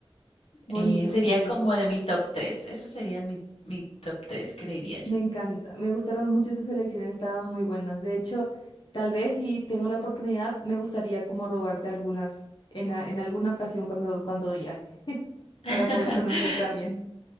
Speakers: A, on the left (about 55°); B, on the left (about 80°).
A: Bonito,
B: Eh, sería
A: bonito.
B: como de mi top tres Eso sería mi, mi top tres creería yo.
A: Me encanta, me gustaron mucho esas elecciones, estaban muy buenas. De hecho, tal vez si tengo la oportunidad, me gustaría como robarte algunas en, a- en alguna ocasión cuando, cuando viaje,
B: <laughs>
A: para poder conocer también.